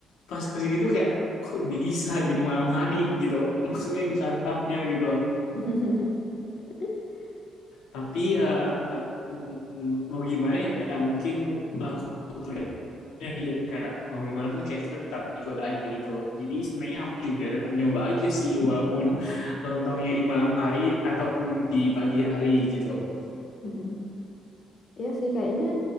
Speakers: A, on the left (about 85°); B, on the left (about 45°).
A: pas kesini tuh kayak kok bisa jadi malam hari gitu maksudnya disantapnya gitu loh
B: <laughs>
A: tapi ya mm, mau gimana ya mungkin uh, kultur jadi kayak mau gimana pun kayak itu tetap ikut aja gitu. Jadi sebenarnya aku juga tetap nyoba aja sih walaupun lontongnya di malam hari ataupun di pagi hari gitu.
B: Mm-mm. Iya sih, kayaknya